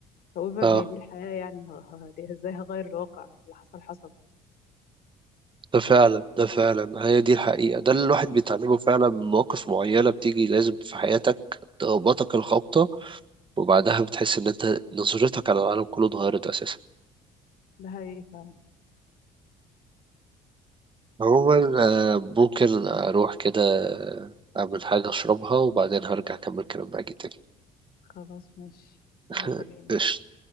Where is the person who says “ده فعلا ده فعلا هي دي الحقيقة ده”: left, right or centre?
Right